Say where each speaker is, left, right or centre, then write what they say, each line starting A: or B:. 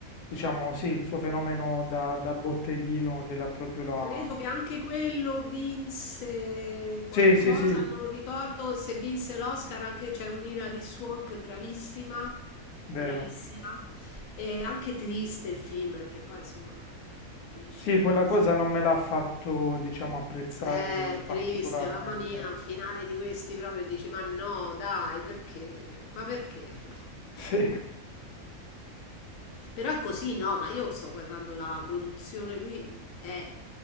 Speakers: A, on the left; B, on the left.
A: diciamo, sì, il suo fenomeno da, da botteghino che l'ha proprio la...
B: Credo che anche quello vinse qualcosa,
A: Sì, sì, sì,
B: non ricordo se vinse l'Oscar, anche c'è un'Hilary Swank che è bravissima,
A: vero.
B: bravissima, e anche triste il film, perché poi insomma eh, finisce
A: Sì,
B: pure
A: quella cosa non me l'ha fatto, diciamo, apprezzare
B: eh,
A: particolarmente.
B: triste, mamma mia, finale di questi proprio dici, ma no, dai, perché? Ma perché? <laughs> No.
A: Sì,
B: Però è così, no, ma io sto guardando la produzione, lui è